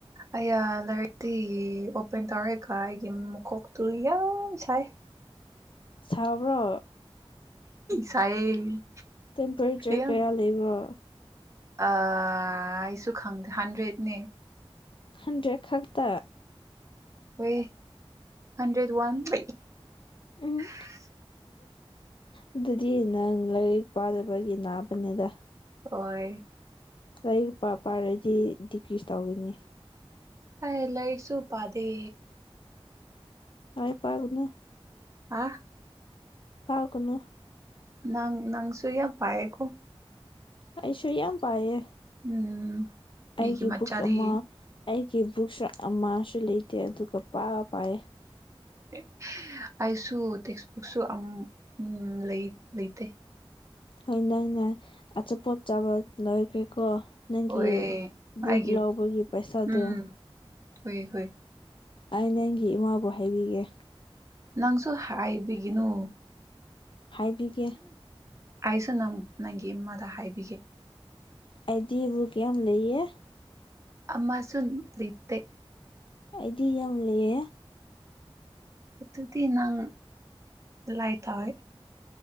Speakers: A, on the right; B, on the left.
A: ꯑꯌꯥ ꯂꯥꯏꯔꯤꯛꯇꯤ ꯑꯣꯄꯦꯟ ꯇꯧꯔꯦꯀ ꯑꯩꯒꯤ ꯀꯣꯛꯇꯨ ꯌꯥꯝ ꯁꯥꯏ
B: ꯁꯕ꯭ꯔꯣ
A: ꯁꯥꯏꯌꯦ
B: ꯇꯦꯝꯄꯔꯦꯆꯔ
A: ꯌꯥꯝ
B: ꯀꯌꯥ ꯂꯩꯕ꯭ꯔꯣ
A: ꯑꯩꯁꯨ ꯈꯪꯗꯦ ꯍꯟꯗ꯭ꯔꯦꯗꯅꯦ
B: ꯍꯟꯗꯦ ꯈꯛꯇ
A: ꯍ ꯍꯟꯗ꯭ꯔꯦꯠ ꯋꯥꯟ <inaudible>
B: ꯎꯝ
A: <inaudible>
B: ꯑꯗꯨꯗꯤ ꯅꯪ ꯂꯥꯏꯔꯤꯛ ꯄꯥꯅꯕꯒꯤ ꯅꯥꯕꯅꯤꯗ
A: ꯍꯣꯏ
B: ꯂꯔꯤꯛ ꯂꯄꯥ ꯄꯥꯏꯔꯗꯤ ꯗꯤꯀ꯭ꯔꯤꯁ ꯇꯧꯗꯣꯏꯅꯤ
A: ꯑ ꯂꯥꯏꯛꯁꯨ ꯄꯗꯦ
B: ꯇꯥꯏ ꯄꯒꯅ
A: ꯑ
B: ꯄꯥꯀꯅꯨ
A: ꯅ ꯅꯅꯥꯪꯁꯨꯨ ꯌꯥ ꯄꯀ
B: ꯑꯩꯁꯨ ꯌꯥꯝ ꯄꯥꯏꯑꯌꯦ
A: ꯎꯝ ꯃꯤꯒꯤ
B: ꯑꯩꯒꯤ
A: ꯃꯆꯥꯗꯤ
B: ꯕꯨꯛꯁ ꯑꯃ ꯑꯩꯒꯤ ꯕꯨꯛꯁ ꯑꯃꯁꯨ ꯂꯩꯇꯦ ꯑꯗꯨꯒ ꯄꯥꯕ ꯄꯥꯏꯌꯦ
A: <inaudible> ꯑꯩꯁꯨ ꯇꯦꯛꯁꯕꯨꯛꯁꯨ ꯎ ꯂꯩ ꯂꯩꯇꯦ
B: ꯍꯣꯏ ꯅꯪꯅ ꯑꯆꯥꯄꯣꯠ ꯆꯥꯕ ꯂꯣꯏꯈ꯭ꯔꯦꯀꯣ ꯅꯪꯒꯤ
A: ꯍꯣꯏ
B: ꯕꯨꯛ
A: ꯑꯩꯒꯤ
B: ꯂꯥꯎꯕꯒꯤ ꯄꯩꯁꯥꯗꯨꯣ
A: ꯎꯝ ꯍꯣꯏ ꯍꯣꯏ
B: ꯑꯩꯅ ꯑꯩꯪꯒꯤ ꯏꯃꯥꯕꯨ ꯍꯥꯏꯕꯤꯒꯦ
A: ꯅꯪꯁꯨ ꯍꯥꯏꯕꯤꯒꯤꯅꯨ
B: ꯍꯥꯏꯕꯤꯒꯦ
A: ꯑꯩꯁꯨ ꯅꯪ ꯅꯪꯒꯤ ꯏꯃꯥꯗ ꯍꯥꯏꯕꯤꯒꯦ
B: ꯑꯩꯗꯤꯕꯨ ꯀ ꯌꯥꯝ ꯂꯩꯌꯦ
A: ꯑꯃꯁꯨ ꯂꯤꯠꯇꯦ
B: ꯑꯩꯗꯤ ꯌꯥꯝ ꯂꯩꯌꯦ
A: ꯑꯗꯨ ꯑꯗꯨꯗꯤ ꯅꯪ ꯂꯥꯏ ꯇꯋꯦ